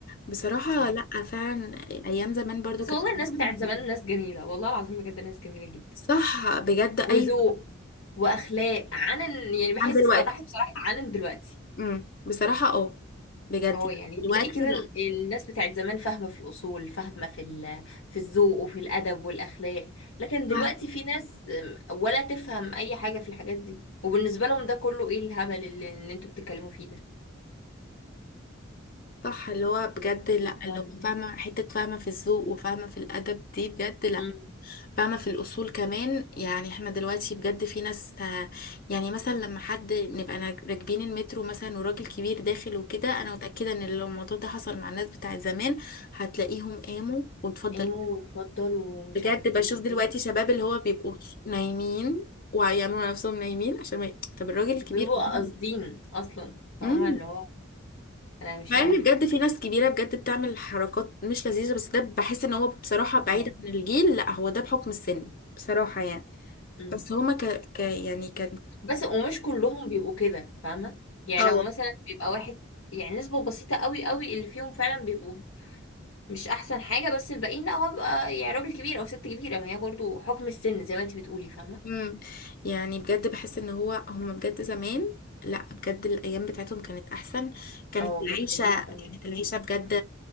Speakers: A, on the left; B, on the left.
A: بصراحة
B: ايوه
A: لأ فعلا أيام زمان برضو
B: بس
A: كانت
B: والله الناس بتاعت
A: <laughs>
B: زمان ناس جميلة والله العظيم بجد ناس جميلة جدا
A: صح بجد أي
B: وذوق واخلاق عنن يعني بحس
A: عن دلوقتي
B: الصراحه بصراحه عنن دلوقتي
A: امم بصراحة اه بجد
B: اهو
A: يعني
B: يعني
A: دلوقتي
B: تلاقي كده
A: لأ
B: ال- الناس بتاعت زمان فاهمه في الاصول فاهمه في ال- في الذوق وفي الادب والاخلاق لكن دلوقتي
A: فاهمة.
B: في ناس أم، ولا تفهم اي حاجه في الحاجات دي وبالنسبه لهم ده كله ايه الهبل اللي, اللي انتوا بتتكلموا فيه ده
A: صح اللي هو بجد لأ
B: طبعاً.
A: اللي هو فاهمة حتة فاهمة في الذوق وفاهمة في الأدب دي بجد لأ
B: أمم.
A: فاهمة في الأصول كمان يعني احنا دلوقتي بجد في ناس آه، يعني مثلا لما حد نبقى نج- راكبين المترو مثلا وراجل كبير داخل وكده أنا متأكدة إن لو الموضوع ده حصل مع الناس بتاعت زمان هتلاقيهم قاموا واتفضل
B: قاموا واتفضلوا ومش
A: بجد
B: عارف ايه
A: بشوف
B: وكده
A: دلوقتي شباب اللي هو بيبقوا نايمين ويعملوا على نفسهم نايمين عشان ما ي... طب الراجل الكبير
B: بيبقوا
A: <laughs>
B: قاصدين اصلا فاهمه
A: امم
B: اللي هو انا مش
A: مع
B: هقوم
A: ان
B: لك
A: بجد في ناس كبيره بجد بتعمل حركات مش لذيذه بس ده بحس ان هو بصراحه بعيد
B: اهو
A: عن الجيل لا هو ده بحكم السن بصراحه يعني
B: أمم.
A: بس هما ك... ك... يعني كان
B: بس ومش كلهم بيبقوا كده فاهمة يعني
A: اه
B: لو مثلا بيبقى واحد يعني نسبة بسيطة قوي قوي اللي فيهم فعلا بيبقوا مش أحسن حاجة بس الباقيين لا هو بيبقى يعني راجل كبير أو ست كبيرة ما هي برضو حكم السن زي ما انتي بتقولي فاهمة
A: مم. يعني بجد بحس ان هو هما بجد زمان لا بجد الايام بتاعتهم كانت احسن كانت
B: اه
A: العيشه
B: كانت جميلة قوي
A: كانت العيشه بجد